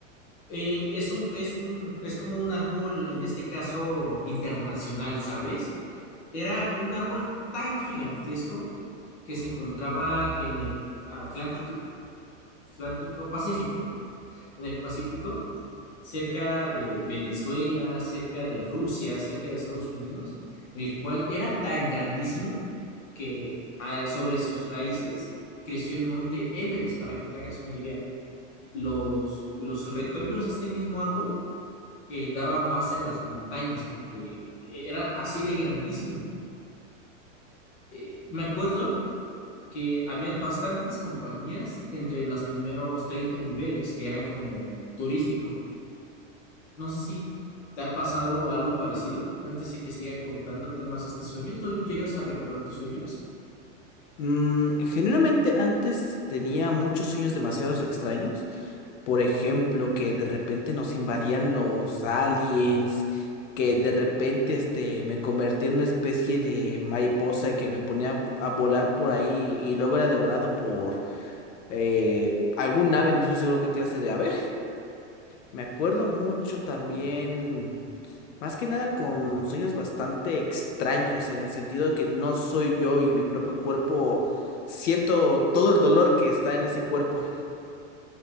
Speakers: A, on the left; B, on the left.
A: Eh, es un, es un, es como un árbol, en este caso, internacional, ¿sabes? Era un árbol tan gigantesco que se encontraba en el Atlántico, Atlántico, Pacífico, en el Pacífico, cerca de Venezuela, cerca de Rusia, cerca de Estados Unidos, el cual era tan grandísimo que ah, sobre sus raíces creció el monte Everest, para que te hagas una idea. Los, los retoños de este mismo árbol eh, daban base a las montañas porque eh, era así de grandísimo. Eh, me acuerdo que habían bastantes compañías entre los primeros treinta niveles que eran como turístico No sé si te ha pasado algo parecido antes de que siga contándote más este sueño. ¿Tú llegas a recordar tus sueños?
B: Mm, generalmente antes tenía muchos sueños demasiados extraños. Por ejemplo, que de repente nos invadían los aliens, que de repente este, me convertía en una especie de mariposa y que me ponía a volar por ahí y luego era devorado por eh, algún ave, no estoy seguro qué clase de ave. Me acuerdo mucho también. Más que nada con sueños bastante extraños, en el sentido de que no soy yo y mi propio cuerpo siento todo el dolor que está en ese cuerpo.